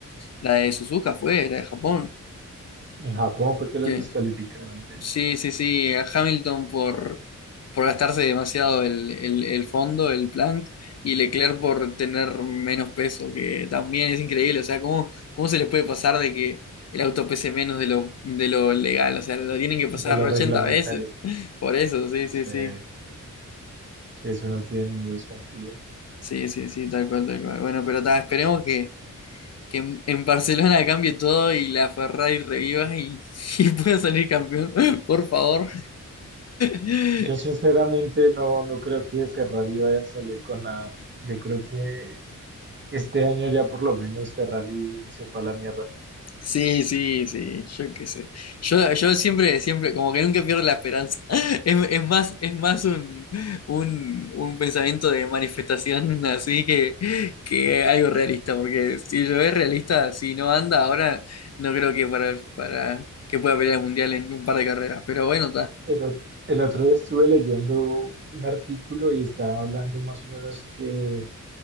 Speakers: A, on the left; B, on the right.
A: la de Suzuka fue, la de Japón.
B: En Japón fue que los
A: que
B: descalificaron, sí,
A: Sí, sí, sí, a Hamilton por, por gastarse demasiado el, el, el fondo, el plank, y Leclerc por tener menos peso, que también es increíble. O sea, ¿cómo, cómo se les puede pasar de que el auto pese menos de lo, de lo legal? O sea, lo tienen que pasar
B: de los
A: 80
B: reglamentarios.
A: veces. <laughs> Por eso, sí,
B: Sí,
A: sí, sí.
B: sí, eso no tiene ningún sentido.
A: Sí, sí, sí, tal cual, tal cual. Bueno, pero ta, esperemos que, que en, en Barcelona cambie todo y la Ferrari reviva y, <laughs> y pueda salir campeón, <laughs> por favor. <laughs>
B: Yo sinceramente no, no creo que Ferrari vaya a salir con nada. Yo creo que este año ya por lo menos Ferrari se fue a la mierda.
A: Sí, sí, sí, yo qué sé. Yo, yo siempre, siempre, como que nunca pierdo la esperanza. <laughs> Es, es más, es más un, un, un pensamiento de manifestación <laughs> así que, que algo realista, porque si lo es realista, si no anda ahora, no creo que para, para que pueda pelear el mundial en un par de carreras. Pero bueno,
B: El, o- el otro día estuve leyendo un artículo y estaba hablando más o menos que